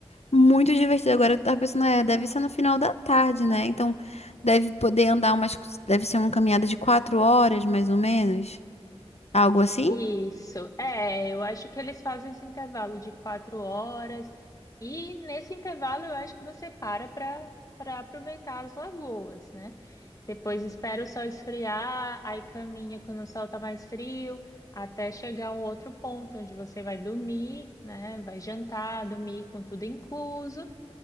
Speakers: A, on the left; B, on the left.
A: muito divertido. Agora eu tava pensando, é, deve ser no final da tarde, né? Então, deve poder andar umas, deve ser uma caminhada de quatro horas, mais ou menos. Algo assim?
B: Isso, é, eu acho que eles fazem esse intervalo de quatro horas, e nesse intervalo eu acho que você para para para aproveitar as lagoas, né? Depois espera o sol esfriar, aí caminha quando o sol tá mais frio, até chegar a um outro ponto onde você vai dormir, né? Vai jantar, dormir com tudo incluso.